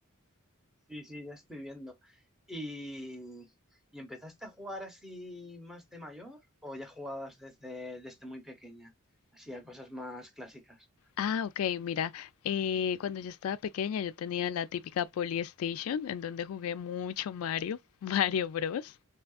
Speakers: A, in the centre; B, on the left (about 75°).
A: Sí, sí, ya estoy viendo. ¿Y, y empezaste a jugar así más de mayor o ya jugabas desde, desde muy pequeña? Así a cosas más clásicas.
B: Ah, ok, mira, eh, cuando yo estaba pequeña yo tenía la típica Polystation en donde jugué mucho Mario, <laughs> Mario Bros,